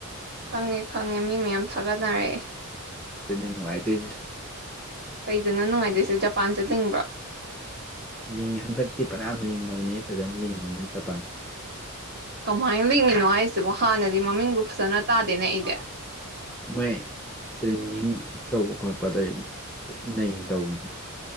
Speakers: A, on the right; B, in the centre.
A: ꯈꯪꯉꯦ ꯈꯪꯉꯦ ꯃꯤ ꯃꯌꯥꯝ ꯊꯥꯒꯠꯅꯔꯛꯑꯦ
B: ꯇꯨꯅꯤ ꯅꯨꯡꯉꯥꯏꯗꫭꯏꯖꯦ
A: ꯀꯩꯗꯅꫭ ꯅꯨꯡꯉꯥꯏꯗꯣꯏꯁꯦ ꯖꯄꯥꯟꯁꯦ ꯂꯤꯡꯕ꯭ꯔꫭ
B: ꯂꯤꯡꯉꯤ ꯍꯟꯗꯛꯇꯤ ꯐꯟꯌꯥꯝ ꯂꯤꯡꯉꯕꯅꯤ ꯐꯖꯅ ꯂꯤꯡꯉꯕꯅꯤ ꯖꯄꯥꯟ
A: ꯀꯃꯥꯏꯅ ꯂꯤꯡꯉꯤꯅꯣ ꯍꯥꯏꯁꯤꯕꯨ ꯍꯥꯟꯅꯗꯤ ꯃꯃꯤꯡꯕꯨ ꯐꯖꯅ ꯇꯥꯗꯦꯅꯦ ꯑꯩꯗꯤ
B: ꯃꯣꯏ ꯇ꯭ꯔꯦꯟꯅꯤꯡ ꯇꯧꯕ ꯈꯣꯠꯄꯗꫭ ꯅꯩꯅ ꯇꯧꯕꯅꯦ